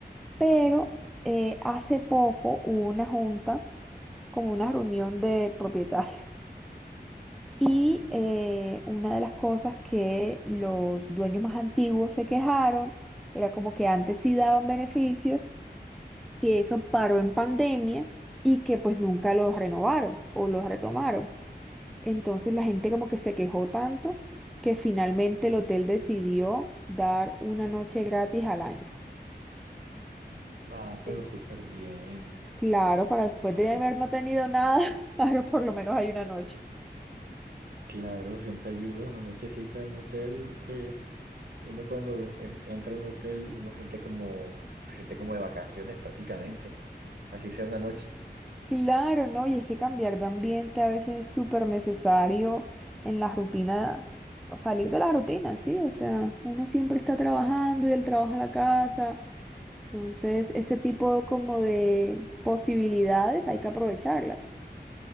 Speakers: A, in the centre; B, on the right.
A: Pero eh, hace poco hubo una junta, como una reunión de propietarios. Y eh, una de las cosas que los dueños más antiguos se quejaron era como que antes sí daban beneficios que eso paró en pandemia y que pues nunca los renovaron o los retomaron. Entonces la gente como que se quejó tanto que finalmente el hotel decidió dar una noche gratis al año.
B: Ah,
A: Sí.
B: pero súper bien,
A: Claro, para después
B: imagínate.
A: de haber no tenido nada, <laughs> ahora por lo menos hay una noche.
B: Claro, siempre ayuda una nochecita en hotel que Uno cuando eh, entra a un hotel, uno siente como, se siente como de vacaciones prácticamente, así sea una noche.
A: Claro, ¿no? Y es que cambiar de ambiente a veces es súper necesario en la rutina, o salir de la rutina, ¿sí? O sea, uno siempre está trabajando y del trabajo a la casa Entonces, ese tipo como de posibilidades hay que aprovecharlas.